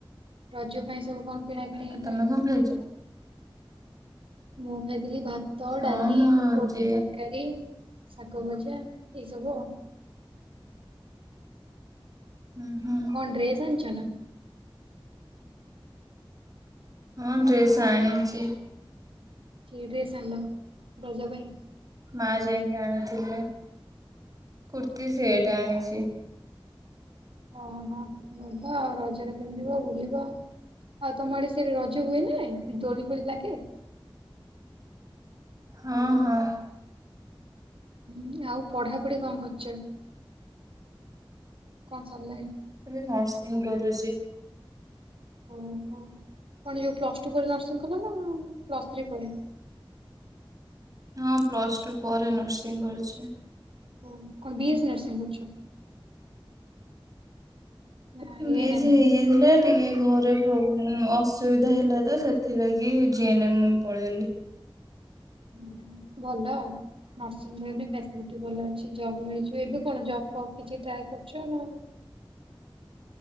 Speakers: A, on the right; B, on the right.
A: ରଜ ପାଇଁ ସବୁ କଣ କିଣା କିିଣି ହେଲାଣି?
B: ଆଉ ତମେ କଣ ଖାଇଛ?
A: ମୁଁ ଖାଇଥିଲି ଭାତ
B: ହଁ
A: ଡାଲି
B: ମୁଁ
A: କୋବି
B: ଯେ
A: ତରକାରୀ ଶାଗ ଭଜା ଏଇ ସବୁ ଆଉ।
B: ହୁଁ ହୁଁ।
A: କଣ ଡ୍ରେସ ଆଣିଛ ନା?
B: ହଁ ଡ୍ରେସ୍ ଆଣିଛି।
A: କି ଡ୍ରେସ ଆଣିଲ ରଜ ପାଇଁ?
B: ମା ଯାଇକି ଆଣିଥିଲେ କୁର୍ତ୍ତି
A: ହୁଁ।
B: ସେଟ ଆଣିଛି।
A: ହଁ ହଁ ବଢିଆ ଆଉ ରଜରେ ପିନ୍ଧିବ ବୁଲିବ। ଆଉ ତମ ଆଡେ ସେ ରଜ ହୁଏ ନା ନାଇ ଦୋଳି ଫୋଳି ଲାଗେ?
B: ହଁ ହଁ।
A: ହୁଁ ଆଉ ପଢାପଢି କଣ କରୁଛ କଣ ସରିଲାଣି।
B: ଏବେ ନର୍ସିଂ କରୁଛି।
A: ଓହୋ କଣ ଯୋଉ ପ୍ଲସ୍ ଟୁ ପରେ ନର୍ସିଂ କଲା ନା ପ୍ଲସ୍ ଥ୍ରୀ ପରେ?
B: ହଁ ପ୍ଲସ୍ ଟୁ ପରେ ନର୍ସିଂ କରୁଛି।
A: ଓ କଣ ବି ଏ ସି ନର୍ସିଂ କରୁଛ? ନା
B: ବି
A: ଏନ୍
B: ଏ
A: ଏମ୍?
B: ସି ହେଇଯାଇଥିଲା ଟିକେ ଘରେ ପ୍ରୋବ୍ଲେ ଅସୁବିଧା ହେଲା ତ ସେଥିଲାଗି ଜି ଏନ୍ ଏମ୍ ପଳେଇଲି।
A: ଉଁହୁଁ ଭଲ ଆଉ। ନର୍ସିଂ ପାଇଁ ବି ଫାସିଲିଟି ଭଲ ଅଛି ଜବ୍ ମିଳିିଯିବ ଏବେ କଣ ଜବ୍ ଫବ୍ କିଛି ଟ୍ରାଏ କରୁଛ ନା?